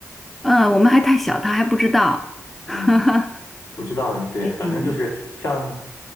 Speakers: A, in the centre; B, on the left (about 60°).
A: 嗯，呃我们还太小，他还不知道。
B: 嗯。
A: <laughs> 哈哈
B: 不知道，对，
A: 嗯，
B: 反正就是像